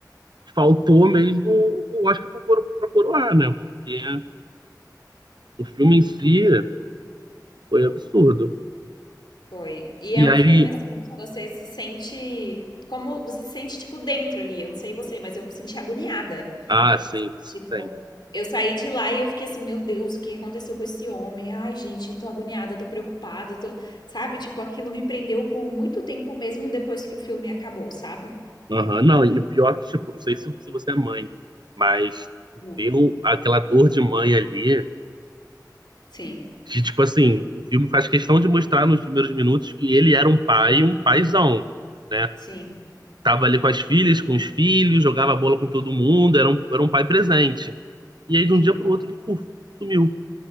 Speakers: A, on the right; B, on the left.
A: faltou mesmo o Oscar pra coro- pra coroar, né? Porque o filme em si. Foi absurdo.
B: foi. E
A: E
B: é um
A: aí,
B: filme assim que você se sente como você se sente tipo dentro ali. Eu não sei você, mas eu me senti agoniada.
A: ah, sim,
B: Tipo,
A: sim.
B: eu saí de lá e eu fiquei assim, meu Deus, o que aconteceu com esse homem? Ai, gente, tô agoniada, tô preocupada, tô, sabe? Tipo, aquilo me prendeu por muito tempo mesmo depois que o filme acabou, sabe?
A: Aham, Não, e pior que, tipo, não sei se, se você é mãe, mas
B: Né?
A: viu aquela dor de mãe ali,
B: Sim,
A: que, tipo assim, o filme faz questão de mostrar nos primeiros minutos que ele era um pai, um paizão, né?
B: sim,
A: Tava ali com as filhas, com os filhos, jogava bola com todo mundo, era um, era um pai presente. E aí, de
B: sim,
A: um dia pro outro, ele, puf, sumiu.